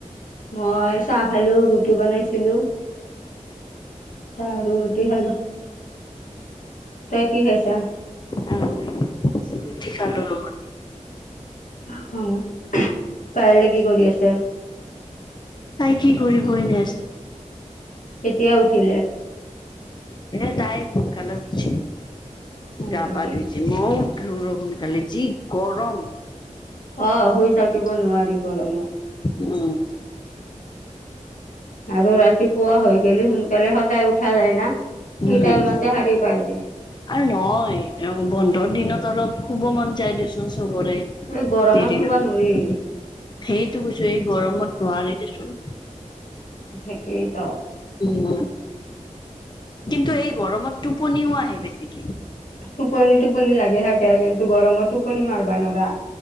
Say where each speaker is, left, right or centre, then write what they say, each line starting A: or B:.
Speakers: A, on the left; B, on the left.
A: মই চাহ খালো ৰুটি বনাইছিলোঁ। আৰু ৰুটি খালোঁ। তই কি কাৰিছো
B: আমি ৰুটি খালোঁ লগত
A: অহ পাযেলে কি কৰি আছে।
B: তাই কি কৰিব ব এনেই আছে।
A: কেতিয়া উঠিলে।
B: এনেই তাই সোনকালে উঠিছে
A: হয়
B: গা
A: নেকি
B: পা ধুই মোও উঠিলো ৰ ‌সোনকালে যি গৰম।
A: অহ শুই থাকিব নোৱাৰি গৰমত।
B: উম
A: আৰু ৰাতিপুৱা হৈ গেলি সোন সোনকলে সদায় উঠা যায় না সেইটাই
B: উম,
A: মতে সাৰি পাই দিয়ে।
B: আৰু নহয় অহ বন্ধৰ দিনত অলপ শুব মন যায় দে চোন চবৰে
A: এই গৰমত
B: দেৰিলৈ।
A: শুব নোৱাৰি
B: সেইটো কৈছো এই গৰমত নোৱাৰি দেচোন।
A: তাকে ক
B: কিয় কিন্তু এই গৰমত টোপনিও আহে বেছিকে।
A: টোপনি টোপনি লাগি থাকে কিন্তু গৰমত টোপনি মাৰবা নোৱাৰা